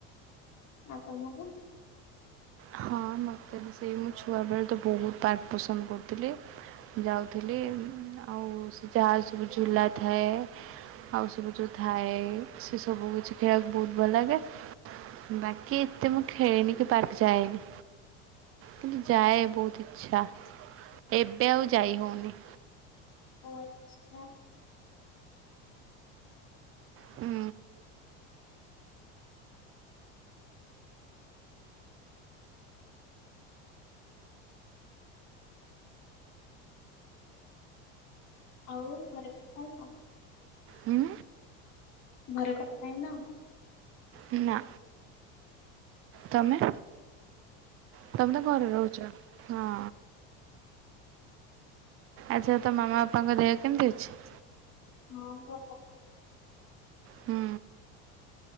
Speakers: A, on the left (about 50°); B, on the right (about 40°).
A: ଆଉ ତମକୁ
B: ହଁ ମୋତେ ସେଇ ମୁଁ ଛୁଆବେଳେ ତ ବହୁତ ପାର୍କ ପସନ୍ଦ କରୁଥିଲି। ଯାଉଥିଲି ଆଉ ସେ ଯାହା ସବୁ ଝୁଲା ଥାଏ ଆଉ ସବୁ ଯୋଉ ଥାଏ ସେ ସବୁ କିଛି ଖେଳିବାକୁ ବହୁତ ଭଲ ଲାଗେ। ବାକି ଏତେ ମୁଁ ଖେଳିନି କି ପାର୍କ ଯାଏନି। କିନ୍ତୁ ଯାଏ ବହୁତ ଇଚ୍ଛା ଏବେ ଆଉ ଯାଇ ହଉନି।
A: <unintelligible>
B: ହୁଁ
A: ଆଉ ଘରେ କଥା ହେଇନ।
B: ହୁଁ।
A: ଘରେ କଥା ହେଇନ।
B: ନା। ତମେ। ତମେ ତ ଘରେ ରହୁଛ ହଁ। ଆଚ୍ଛା ତ ମାମା ବାପାଙ୍କ ଦେହ କେମିତି ଅଛି?
A: ହଁ ଭଲ।
B: ହୁଁ